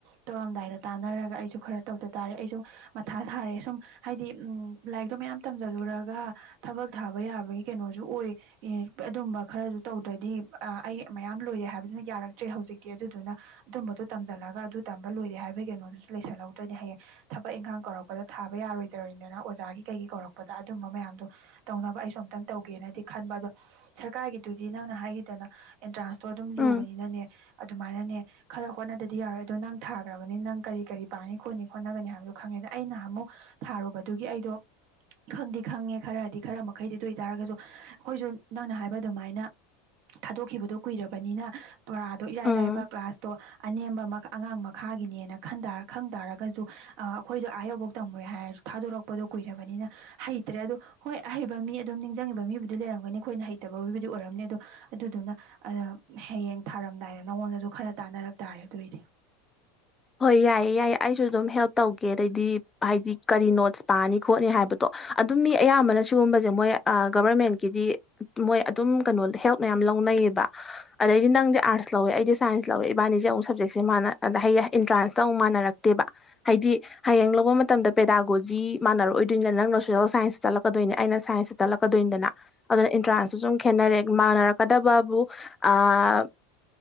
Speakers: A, on the right (about 50°); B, on the left (about 15°).
A: ꯇꯧꯔꯝꯗꯥꯏꯗ ꯇꯥꯟꯅꯔꯒ ꯑꯩꯁꯨ ꯈꯔ ꯇꯧꯗ ꯇꯥꯔꯦ ꯑꯩꯁꯨ ꯃꯊꯥ ꯁꯥꯔꯦ ꯁꯨꯝ ꯍꯥꯏꯗꯤ ꯎꯝ ꯂꯥꯏꯔꯤꯛꯇꯣ ꯃꯌꯥꯝ ꯇꯝꯖꯜꯂꯨꯔꯒ ꯊꯕꯛ ꯊꯥꯕ ꯌꯥꯕꯒꯤ ꯀꯩꯅꯣꯖꯨ ꯑꯣꯏ ꯌꯦ ꯑꯗꯨꯝꯕ ꯈꯔꯖꯨ ꯇꯧꯗ꯭ꯔꯗꯤ ꯑ ꯑꯩ ꯃꯌꯥꯝ ꯂꯣꯏꯔꯦ ꯍꯥꯏꯕꯗꯨꯅ ꯌꯥꯔꯛꯇ꯭ꯔꯦ ꯍꯧꯖꯤꯛꯇꯤ ꯑꯗꯨꯗꯨꯅ ꯑꯗꯨꯝꯕꯗꯨ ꯇꯝꯖꯜꯂꯒ ꯑꯗꯨ ꯇꯝꯕ ꯂꯣꯏꯔꯦ ꯍꯥꯏꯕꯒꯤ ꯀꯩꯅꯣꯗꯨꯁꯨ ꯂꯩꯁꯜꯍꯧꯗ꯭ꯔꯗꯤ ꯍꯌꯦꯡ ꯊꯕꯛ ꯏꯪꯈꯥꯡ ꯀꯧꯔꯛꯄꯗ ꯊꯥꯕ ꯌꯥꯔꯣꯏꯗꯔꯤꯟꯗꯅ ꯑꯣꯖꯥꯒꯤ ꯀꯩꯒꯤ ꯀꯧꯔꯛꯄꯗ ꯑꯗꯨꯝꯕ ꯃꯌꯥꯝꯗꯣ ꯇꯧꯅꯕ ꯑꯩꯁꯨ ꯑꯝꯇꯪ ꯇꯧꯒꯦꯅꯗꯤ ꯈꯟꯕ ꯑꯗꯣ ꯁꯔꯀꯥꯔꯒꯤꯗꯨꯗꯤ ꯅꯪꯅ ꯍꯥꯏꯒꯤꯗꯅ ꯑꯦꯟꯇ꯭ꯔꯥꯟꯁꯇꯣ ꯑꯗꯨꯝ
B: ꯎꯝ
A: ꯂꯨꯕꯅꯤꯅꯅꯦ ꯑꯗꯨꯃꯥꯏꯅꯅꯦ ꯈꯔ ꯍꯣꯠꯅꯗꯗꯤ ꯌꯥꯔꯣꯏ ꯑꯗꯣ ꯅꯪ ꯊꯥꯒ꯭ꯔꯕꯅꯤ ꯅꯪ ꯀꯔꯤ ꯀꯔꯤ ꯄꯥꯅꯤ ꯈꯣꯠꯅꯤ ꯈꯣꯠꯅꯒꯅꯤ ꯍꯥꯏꯕꯗꯨ ꯈꯪꯉꯦꯗ ꯑꯩ ꯅꯍꯥꯃꯨꯛ ꯊꯥꯔꯨꯕꯗꯨꯒꯤ ꯑꯩꯗꯣ ꯈꯪꯗꯤ ꯈꯪꯉꯦ ꯈꯔꯗꯤ ꯈꯔ ꯃꯈꯩꯗꯤ ꯑꯗꯨꯏ ꯇꯥꯔꯒꯁꯨ ꯑꯩꯈꯣꯏꯖꯨ ꯅꯪꯅ ꯍꯥꯏꯕ ꯑꯗꯨꯃꯥꯏꯅ ꯊꯥꯗꯣꯛꯈꯤꯕꯗꯣ ꯀꯨꯏꯔꯕꯅꯤꯅ ꯄꯔꯥꯗꯣ ꯏꯔꯥꯏ
B: ꯎꯝ
A: ꯂꯥꯏꯕ ꯀ꯭ꯂꯥꯁꯇꯣ ꯑꯅꯦꯝꯕ ꯃ ꯑꯉꯥꯡ ꯃꯈꯥꯒꯤꯅꯦꯅ ꯈꯟꯇꯔ ꯈꯪ ꯇꯥꯔꯒꯖꯨ ꯑ ꯑꯈꯣꯏꯗꯣ ꯑꯥꯌ ꯌꯧꯕꯧ ꯇꯝꯃꯨꯔꯦ ꯍꯥꯏꯔꯁꯨ ꯊꯥꯗꯣꯔꯛꯄꯗꯣ ꯀꯨꯏꯔꯕꯅꯤꯅ ꯍꯩꯇꯔꯦ ꯑꯗꯨ ꯍꯣꯏ ꯑꯍꯩꯕ ꯃꯤ ꯑꯗꯨꯝ ꯅꯤꯡꯖꯪꯉꯕ ꯃꯤꯕꯨꯗꯤ ꯂꯩꯔꯝꯒꯅꯤ ꯑꯈꯣꯏꯅ ꯍꯩꯇꯕꯒꯤꯕꯨꯗꯤ ꯑꯣꯏꯔꯝꯅꯤ ꯑꯗꯣ ꯑꯗꯨꯗꯨꯅ ꯑꯔꯝ ꯍꯌꯦꯡ ꯊꯥꯔꯝꯗꯥꯏꯗ ꯅꯉꯣꯟꯗꯁꯨ ꯈꯔ ꯇꯥꯟꯅꯔꯛ ꯇꯥꯔꯦ ꯑꯗꯨꯑꯣꯏꯗꯤ
B: ꯍꯣꯏ ꯌꯥꯏꯌꯦ ꯌꯥꯏꯌꯦ ꯑꯩꯁꯨ ꯑꯗꯨꯝ ꯍꯦꯜꯞ ꯇꯧꯒꯦ ꯑꯗꯩꯗꯤ ꯍꯥꯏꯗꯤ ꯀꯔꯤ ꯅꯣꯠꯁ ꯄꯥꯅꯤ ꯈꯣꯠꯅꯤ ꯍꯥꯏꯕ ꯇꯣ ꯑꯗꯨꯝ ꯃꯤ ꯑꯌꯥꯝꯕꯅ ꯁꯨꯒꯨꯝꯕꯖꯦ ꯃꯣꯏ ꯑ ꯒꯣꯕꯔꯃꯦꯟꯀꯤꯗꯤ ꯃꯣꯏ ꯑꯗꯨꯝ ꯀꯅꯣ ꯍꯦꯜꯞ ꯃꯌꯥꯝ ꯂꯧꯅꯩꯌꯦꯕ ꯑꯗꯩꯗꯤ ꯅꯪꯗꯤꯥ ꯑꯔꯠꯁ ꯂꯧꯋꯦ ꯑꯩꯗꯤ ꯁꯥꯏꯁ ꯂꯧꯋꯦ ꯏꯕꯥꯅꯤꯖꯦ ꯑꯃꯨꯛ ꯁꯞꯖꯦꯛꯖꯦꯝ ꯃꯥꯅ ꯑ ꯍꯩꯌꯦ ꯍꯩ ꯏꯟꯇ꯭ꯔꯥꯟꯁꯀ ꯑꯃꯨꯛ ꯃꯥꯟꯅꯔꯛꯇꯦꯕ ꯍꯥꯏꯗꯤ ꯍꯌꯦꯡ ꯂꯧꯕ ꯃꯇꯝꯗ ꯄꯦꯗꯥꯒꯣꯖꯤ ꯃꯥꯟꯅꯔꯛꯑꯣꯏꯗꯨꯏꯅꯤꯅ ꯅꯪꯅ ꯁꯣꯁꯦꯜ ꯁꯥꯏꯟꯁꯇ ꯆꯠꯂꯛꯀꯗꯣꯏꯅꯤ ꯑꯩꯅ ꯁꯟꯁꯇ ꯆꯠꯂꯛꯀꯗꯣꯏꯅꯤꯗꯅ ꯑꯗꯨꯅ ꯏꯟꯇ꯭ꯔꯥꯟꯁꯁꯨ ꯁꯨꯝ ꯈꯦꯠꯅꯔꯦ ꯃꯥꯟꯅꯔꯛꯀꯗꯕꯕꯨ ꯑꯥ..